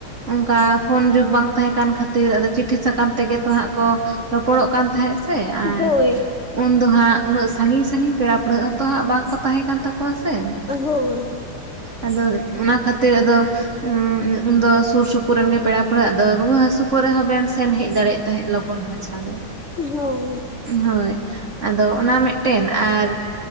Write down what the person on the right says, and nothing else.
ᱚᱝᱠᱟ ᱯᱷᱳᱱ ᱡᱩᱜᱽ ᱵᱟᱝ ᱛᱟᱦᱮᱸ ᱠᱟᱱ ᱠᱷᱟᱹᱛᱤᱨ ᱟᱫᱚ ᱪᱤᱴᱷᱤ ᱥᱟᱠᱟᱢ ᱛᱮᱜᱮ ᱛᱚ ᱦᱟᱸᱜ ᱠᱚ ᱨᱚᱯᱚᱲᱼᱚᱜ ᱠᱟᱱ ᱛᱟᱦᱮᱸᱫ ᱥᱮ ᱟᱨ
ᱩᱱ ᱫᱚ ᱦᱟᱸᱜ ᱩᱱᱟᱹᱜ ᱥᱟᱺᱜᱤᱧ ᱥᱟᱺᱜᱤᱧ ᱯᱮᱲᱟ ᱯᱟᱹᱲᱦᱟᱹᱜ ᱦᱚᱸ ᱛᱚ ᱦᱟᱸᱜ ᱵᱟᱝ ᱠᱚ ᱛᱟᱦᱮᱸ ᱠᱟᱱ ᱛᱟᱠᱩᱣᱟ ᱥᱮ,
ᱟᱫᱚ ᱚᱱᱟ ᱠᱷᱟᱹᱛᱤᱨ ᱟᱫᱚ ᱩᱸᱻ ᱩᱱᱫᱚ ᱥᱩᱨ ᱥᱩᱯᱩᱨ ᱨᱮᱱ ᱜᱮ ᱯᱮᱲᱟ ᱯᱟᱹᱲᱦᱟᱹᱜᱼᱟᱜ ᱫᱚ ᱨᱩᱣᱟᱹ ᱦᱟᱥᱩ ᱠᱚᱨᱮ ᱦᱚᱸᱵᱮᱱ ᱥᱮᱱ ᱦᱮᱡ ᱫᱟᱲᱮᱭᱼᱟᱜ ᱛᱟᱦᱮᱸᱫ ᱞᱚᱜᱚᱱ ᱢᱟᱪᱷᱟ ᱜᱮ᱾
ᱦᱳᱭ, ᱟᱫᱚ ᱚᱱᱟ ᱢᱤᱫᱴᱮᱱ ᱟᱨ